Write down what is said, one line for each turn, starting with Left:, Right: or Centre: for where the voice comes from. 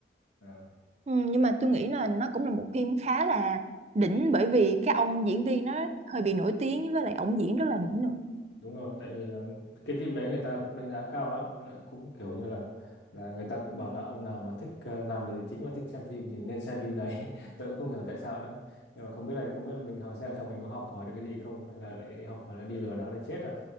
Left: Ờ.
Right: ừ, nhưng mà tôi nghĩ là nó cũng là một phim khá là đỉnh bởi vì cái ông diễn viên nó hơi bị nổi tiếng với lại ông diễn rất là đỉnh nữa
Left: đúng rồi tại vì là cái phim đấy người ta cũng đánh giá cao lắm với lại cũng kiểu như là là người ta cũng bảo là ông nào mà thích ờ, làm về tài chính và thích xem phim thì nên xem phim đấy <laughs> tôi cũng không hiểu tại sao nữa nhưng mà không biết là không biết là mình học xem xong mình có học hỏi được cái gì không hay là lại học hỏi là đi lừa đảo để chết à